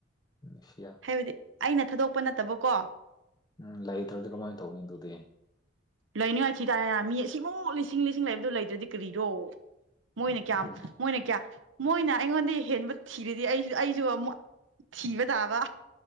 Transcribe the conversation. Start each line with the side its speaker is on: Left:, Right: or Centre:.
Left: ꯅꯨꯡꯁꯤꯌꯥ
Right: ꯍꯥꯏꯕꯗꯤ ꯑꯩꯅ ꯊꯥꯗꯣꯛꯄ ꯅꯠꯇꯕꯀꯣ
Left: ꯎꯝ ꯂꯩꯇ꯭ꯔꯗꯤ ꯀꯃꯥꯏ ꯇꯧꯒꯅꯤ ꯑꯗꯨꯗꯤ
Right: ꯂꯩꯅꯤꯡꯉꯥꯏ ꯊꯤ ꯇꯥꯔꯦꯅ ꯃꯤ ꯑꯁꯤꯃꯨꯛ ꯂꯤꯁꯤꯡ ꯂꯤꯁꯤꯡ ꯂꯩꯕꯗꯨ ꯂꯩꯇ꯭ꯔꯗꯤ ꯀꯔꯤꯔꯣ ꯃꯣꯏꯅ ꯀꯌꯥꯝ
Left: ꯎꯝ
Right: ꯃꯣꯏꯅ ꯀꯌꯥ ꯃꯣꯏꯅ ꯑꯩꯉꯣꯟꯗꯩ ꯍꯦꯟꯕ ꯊꯤꯔꯗꯤ ꯑꯩꯁꯨ ꯑꯩꯁꯨ ꯑꯃꯨꯛ ꯊꯤꯕ ꯇꯥꯕ